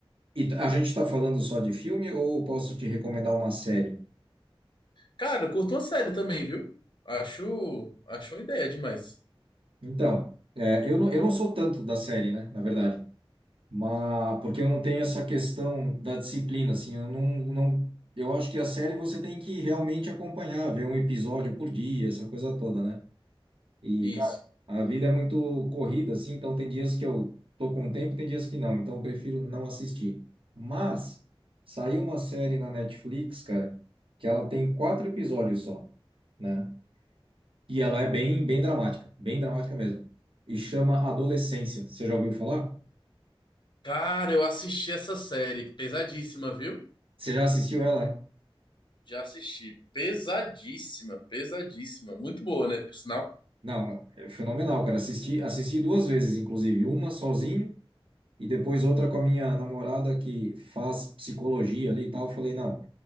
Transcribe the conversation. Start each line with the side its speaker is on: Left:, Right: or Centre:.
Right: e a gente tá falando só de filme ou posso te recomendar uma série?
Left: Cara, eu curto uma série também, viu? Acho, acho uma ideia demais.
Right: Então, é, eu não, eu não sou tanto da série, né, na verdade. Mas porque eu não tenho essa questão da disciplina, assim, eu não, não, eu acho que a série você tem que realmente acompanhar, ver um episódio por dia, essa coisa toda, né? E,
Left: Isso.
Right: cara, a vida é muito corrida, assim, então tem dias que eu tô com tempo, tem dias que não, então eu prefiro não assistir. Mas saiu uma série na Netflix, cara, que ela tem quatro episódios só. né? E ela é bem, bem dramática, bem dramática mesmo. E chama Adolescência. Você já ouviu falar?
Left: Cara, eu assisti essa série. Pesadíssima, viu?
Right: Você já assistiu ela?
Left: Já assisti. Pesadíssima, pesadíssima. Muito boa, né? Por sinal.
Right: Não, é fenomenal, cara. Assisti, assisti duas vezes, inclusive, uma sozinho e depois outra com a minha namorada que faz psicologia ali e tal. Eu falei, não,